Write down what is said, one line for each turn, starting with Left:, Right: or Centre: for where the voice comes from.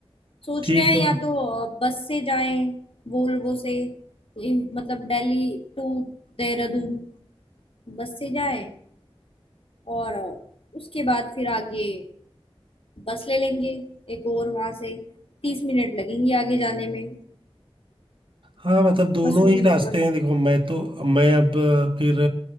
Left: सोच
Right: ठीक
Left: रहे हैं
Right: है
Left: या तो अ, बस से जाएं वोल्वो से ये मतलब दिल्ली टू देहरादून बस से जाएं और अ, उसके बाद फिर आगे बस ले लेंगे एक और वहां से तीस मिनट लगेंगे आगे जाने में
Right: हाँ मतलब दोनों
Left: मसूरी
Right: ही रास्ते
Left: ऊपर
Right: हैं देखो मैं तो मैं अब अ, फिर